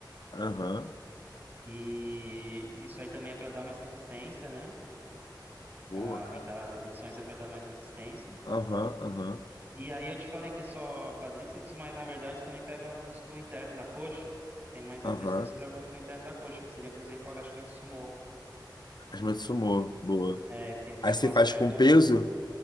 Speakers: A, on the left (about 65°); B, on the right (about 30°).
A: aham.
B: E isso aí também é para dar mais resistência, né?
A: Boa,
B: Ah, aumentar
A: cara.
B: as repetições é para dar mais resistência.
A: Aham, aham,
B: E aí eu te falei que é só quadríceps, mas na verdade também pega o músculo interno da coxa. Tem mais
A: aham.
B: exercícios para músculo interno da coxa, que seria, por exemplo, o agachamento sumô.
A: As mãos de sumô, boa.
B: É, que, que
A: Aí
B: é com
A: você
B: as
A: faz
B: pernas,
A: com peso,